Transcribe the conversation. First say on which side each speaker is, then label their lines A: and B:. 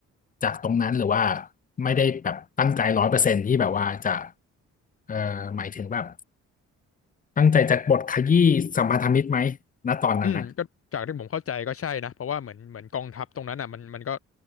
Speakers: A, on the left; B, on the left.
A: จากตรงนั้นหรือว่าไม่ได้แบบตั้งใจร้อยเปอร์เซ็นต์ที่แบบว่าจะเอ่อหมายถึงแบบตั้งใจจะบทขยี้สัมพันธมิตรไหมณตอนนั้นนะ
B: อืมก็จากที่ผมเข้าใจก็ใช่นะเพราะว่าเหมือนเหมือนกองทัพตรงนั้นอ่ะมันมันก็